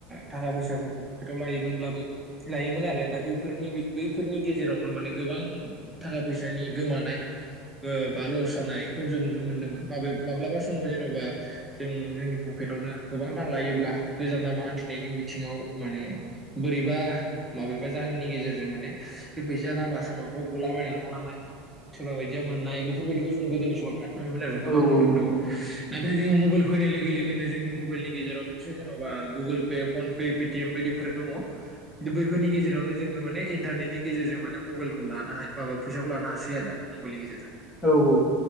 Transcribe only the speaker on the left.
औ
औ
<inaudible>
औ औ